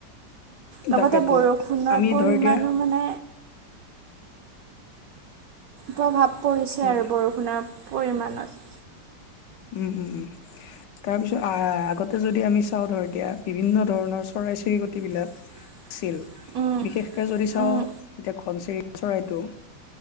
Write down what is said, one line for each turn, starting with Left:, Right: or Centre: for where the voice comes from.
Right: লগতে
Left: তাকেতো
Right: বৰষুণৰ
Left: আমি
Right: পৰিমাণো
Left: ধৰ এতিয়া
Right: মানে প্ৰভাৱ পৰিছে
Left: উম
Right: আৰু বৰষুণৰ পৰিমাণত।
Left: উম, উম, উম। তাৰ পিছত আহ আগতে যদি আমি চাওঁ ধৰ এতিয়া বিভিন্ন ধৰণৰ চৰাই চিৰিকট বিলাক।
Right: <inaudible>
Left: ছিল
Right: উম,
Left: বিশেষকে যদি চাওঁ
Right: উম,
Left: এতিয়া ঘনচিৰি চৰাইটো